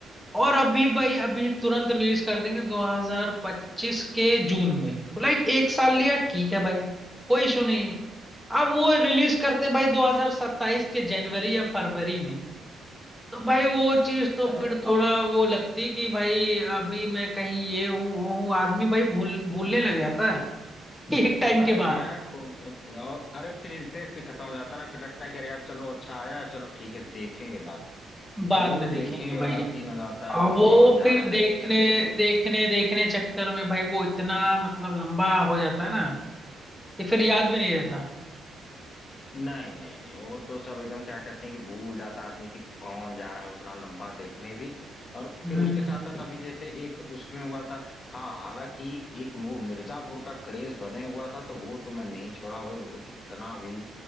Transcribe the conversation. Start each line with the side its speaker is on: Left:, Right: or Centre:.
Centre: और अभी भाई अभी तुरंत रिलीज कर देंगे 2025 के जून में तो लाइक एक साल लिया ठीक है भाई कोई इशू नहीं है अब वो रिलीज करते भाई 2027 के जनवरी या फरवरी में तो भाई वो चीज तो
Left: अरे
Centre: फिर थोड़ा वो लगती कि भाई अभी मैं कहीं ये हूँ वो हूँ आदमी भाई भूल भूलने लग जाता है <laughs> एक टाइम
Left: अरे
Centre: के
Left: मैं
Centre: बाद
Left: खुद अरे फिर इंटरेस्ट भी खत्म हो जाता है ना फिर लगता है कि अरे यार चलो अच्छा आया है चलो ठीक है देखेंगे बाद में
Centre: बाद
Left: तो वो
Centre: में
Left: देखेंगे
Centre: देखेंगे भाई
Left: वाला सीन हो जाता है
Centre: और
Left: अब
Centre: वो
Left: कौन जा
Centre: फिर
Left: रहा है
Centre: देखने
Left: देखने उसको
Centre: देखने देखने चक्कर में भाई वो इतना मतलब लंबा हो जाता है ना कि फिर याद भी नहीं रहता
Left: नहीं नहीं नहीं वो तो सब एकदम क्या कहते हैं कि भूल जाता है आदमी कि कौन जा रहा है उतना लंबा देखने भी और
Centre: हम्म
Left: फिर
Centre: हम्म।
Left: उसके साथ साथ अभी जैसे एक उसमें हुआ था हाँ हालांकि एक वो मिर्जापुर का क्रेज बने हुआ था तो वो तो मैं नहीं छोड़ा भाई वो तो कितना भी